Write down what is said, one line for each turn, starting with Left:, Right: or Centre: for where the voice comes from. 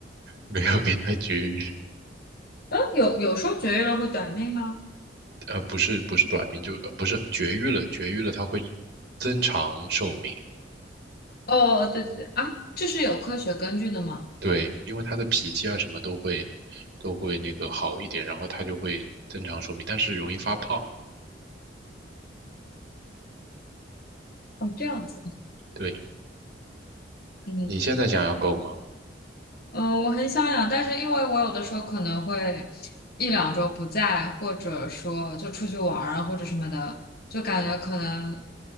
Right: 没有给它绝育，
Left: 呃，有有说绝育了会短命吗？
Right: 呃，不是不是短命，就呃不是绝育了，绝育了它会增长寿命。
Left: 哦，对对对，啊，这是有科学根据的吗？
Right: 对，因为他的脾气啊什么都会都会那个好一点，然后他就会增长寿命，但是容易发胖。
Left: 哦，这样子，
Right: 对，
Left: 嗯，
Right: 你现在想养狗吗？
Left: 那嗯，我很想养，但是因为我有的时候可能会一两周不在，或者说就出去玩儿啊，或者什么的，就感觉可能
Right: 嗯